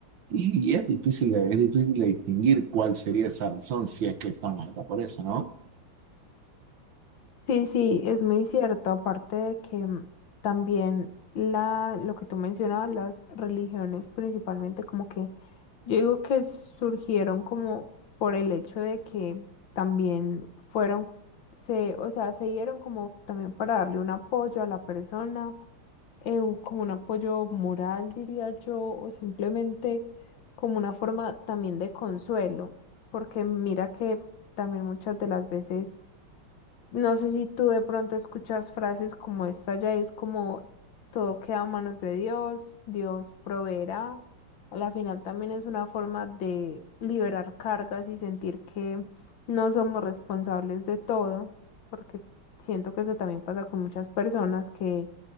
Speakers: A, on the right; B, on the left.
A: Y es difícil de, es difícil de distinguir cuál sería esa razón, si es que estamos acá por eso, ¿no?
B: Sí, sí, es muy cierto, aparte de que mm, también la, lo que tú mencionabas, las religiones principalmente, como que yo digo que surgieron como por el hecho de que también fueron, se, o sea, se dieron como también para darle un apoyo a la persona, eh, un- como un apoyo moral, diría yo, o simplemente como una forma también de consuelo, porque mira que también muchas de las veces no sé si tú de pronto escuchas frases como esta, ya es como todo queda a manos de Dios, Dios proveerá. A la final también es una forma de liberar cargas y sentir que no somos responsables de todo, porque siento que eso también pasa con muchas personas que